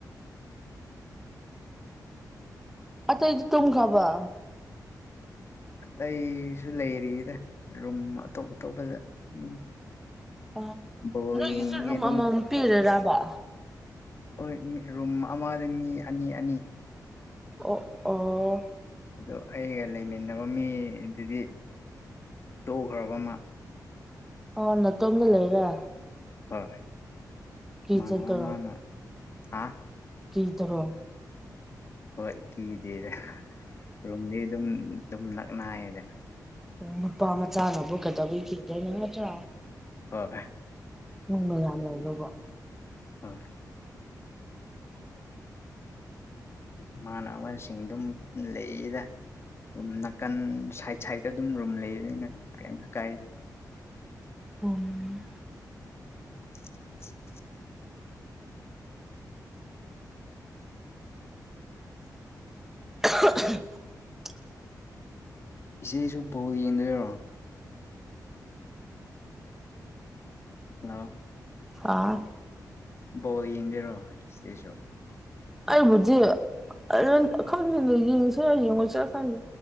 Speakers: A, in the centre; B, on the left.
A: ꯑꯇꯩꯗꯤ ꯇꯨꯡꯈ꯭ꯔꯕ
B: ꯑꯩꯇꯩꯁꯨ ꯂꯩꯔꯤꯗ ꯔꯨꯝ ꯑꯇꯣꯞ ꯑꯇꯣꯞꯄꯗ ꯑꯗꯨꯝ
A: ꯑ
B: ꯕꯣꯜ
A: ꯅꯣꯏꯒꯤꯁꯨ
B: ꯌꯦꯡꯅꯤꯡꯉꯦ
A: ꯔꯨꯝ
B: ꯑꯗꯨꯝ
A: ꯑꯃꯃꯝ ꯄꯤꯔꯔꯕ
B: ꯍꯣꯏ ꯃꯤ ꯔꯨꯝ ꯑꯃꯗ ꯃꯤ ꯑꯅꯤ ꯑꯅꯤ
A: ꯑꯣ ꯑꯣ
B: ꯑꯗ ꯑꯩꯒ ꯂꯩꯃꯤꯟꯅꯕ ꯃꯤꯗꯨꯗꯤ ꯇꯧꯈ꯭ꯔꯕ ꯑꯃ
A: ꯑꯣ ꯅꯠꯇꯣꯝꯗ ꯂꯩꯒ
B: ꯍꯣꯏ
A: ꯀꯤꯖꯗꯔꯣ
B: ꯃꯅꯅꯕ ꯃꯥꯅ ꯍꯥ
A: ꯀ ꯏꯗꯔꯣ
B: ꯍꯣꯏ ꯀꯤꯗꯦꯗ ꯔꯨꯝꯝꯗꯤ ꯑꯗꯨꯝ ꯑꯗꯨꯝ ꯅꯛꯅꯏꯌꯦꯗꯅ
A: ꯅꯨꯄꯥ ꯃꯆꯥꯅꯕꯨꯛ ꯀꯗꯕꯨ ꯀꯤꯗꯣꯏꯅꯤ ꯃꯆꯥ
B: ꯑꯣ
A: ꯅꯨꯡ ꯃ ꯌꯥꯝ ꯂꯩ ꯑꯗꯨ
B: ꯍꯥ ꯏꯃꯥꯟꯅꯕꯁꯤꯡ ꯑꯗꯨꯝ ꯂꯩꯌꯦꯗ ꯑꯗꯨ ꯅꯥꯀꯟ ꯁꯥꯏꯠ ꯁꯥꯏꯗꯠꯇ ꯑꯗꯨꯝ ꯔꯨꯝ ꯂꯩꯕꯅꯤꯅ ꯑꯗꯨꯝ ꯀꯔꯤꯝ ꯀꯥꯏ
A: ꯎꯝ
B: <inaudible>
A: <unintelligible>
B: ꯏꯆꯦꯁꯨ ꯕꯣꯜ ꯌꯦꯡꯗꯣꯏꯔꯣ ꯅꯣ
A: ꯑꯥ
B: ꯕꯣꯜ ꯌꯦꯡꯗꯣꯏꯔꯣ ꯏꯆꯦꯁꯨ
A: ꯑꯩꯕꯨꯗꯤ ꯑꯔꯟ ꯈꯪꯗꯦꯅꯦ ꯌꯦꯡꯁꯤꯔ ꯌꯦꯡꯉꯣꯏꯁꯤꯔ ꯈꯪꯗꯦ